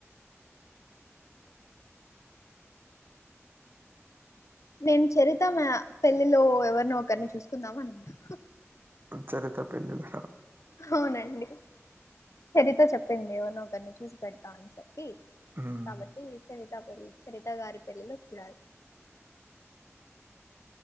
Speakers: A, on the left; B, on the right.
A: నేను చరిత మ్యా పెళ్ళిలో ఎవరినో ఒకరిని చూసుకుందాం అనకున్న
B: చరిత్ర పెల్లిలా
A: అవునండి చరిత చెప్పింది ఏవర్నో ఒకర్ని చూసి పెడతా అని చెప్పి
B: హ్మ్.
A: కాబట్టి చరిత పెళ్లి చరితా గారి పెళ్లిలో చూడాలి